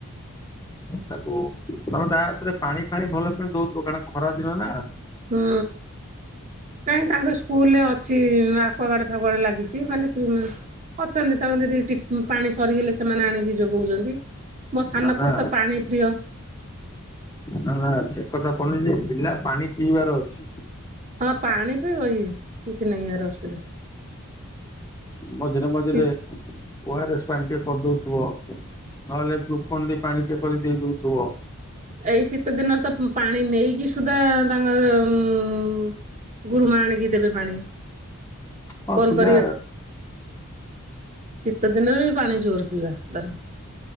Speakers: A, on the left; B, on the right.
A: ତାକୁ ତମେ ତାହା ହାତରେ ପାଣି ଫାଣି ଭଲ କିଣି ଦଉଥିବ କାର ଖରା ଦିନ ନା,
B: ହୁଁ, ନାଇଁ ତାଙ୍କ ସ୍କୁଲରେ ଅଛି ଆଖୁଆଗାଡେ ଫାଗୁଆଡେ ଲାଗିଛି ମାନେ, ଅଛନ୍ତି ତାଙ୍କ ଯଦି ଟିପ୍ ପାଣି ସରିଗଲେ ସେମାନେ ଆଣିକି ଯୋଗଉଛନ୍ତି, ମୋ ସାନପୁର
A: ନା ନା
B: ତ ପାଣି ପ୍ରିୟ,
A: ନା-ନା ସେ କଥା ପଡୁନି ଯେ ପିଲା ପାଣି ପିଇବାର ଅଛି,
B: ହଁ ପାଣି ବି ଯେ କିଛି ନାହିଁ ଏହାର ଅସୁବିଧା,
A: ମଝିରେ-ମଝିରେ
B: ଶୀ
A: ଓର ଏସ୍ ପାଣି ଟ କରିଦଉଥିବ, ନହେଲେ ଗୁକଣ୍ଡି ପାଣି ଟେ କରି ଦେଇଦଉଥିବ,
B: ଏଇ ଶୀତ ଦିନରେ ତ ଉଁ ପାଣି ନେଇକି ସୁଧା ତାଙ୍କର ଉଁ, ଗୁରୁମା ଆଣିକି ଦେବେ ପାଣି
A: ହଁ
B: କଣ
A: ପିଲା
B: କରିବେ, ଶୀତ ଦିନରେ ବି ପାଣି ଜୋର ପିଇବା ଧର,